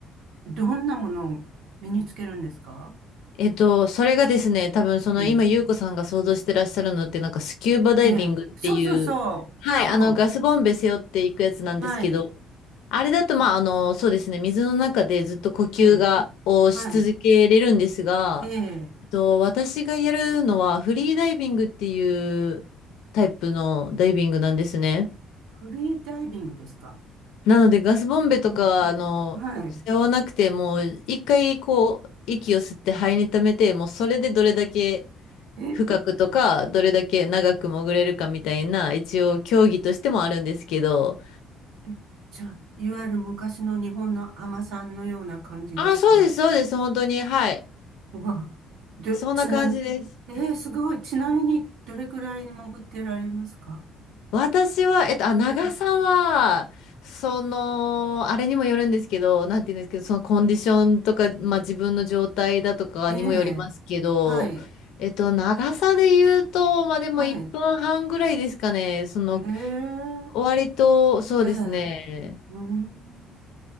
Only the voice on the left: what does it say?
えっと、それがですね、多分その今、
ゆうこさんが想像してらっしゃるのって、なんかスキューバダイビングっていう、
はい、
あの、ガスボンベ背負っていくやつなんですけど、
あれだと、まあ、あの、そうですね、水の中でずっと呼吸が、
をし続けれるんですが、
と、私がやるのはフリーダイビングっていうタイプのダイビングなんですね。
なのでガスボンベとか、
あの、
背負わなくてもう一回こう息を吸って肺に溜めて、もうそれでどれだけ
深くとか、どれだけ長く潜れるかみたいな、一応競技としてもあるんですけど。
ああ、そうです、そうです、本当に。はい。
そんな感じです。
私は、えっと、あ、長さは、
その、あれにもよるんですけど、なんて言うんですけど、そのコンディションとか、まあ自分の状態だとかにもよりますけど、
えっと、長さで言うと、まあでも1分半ぐらいですかね、
その、
割と、そうですね、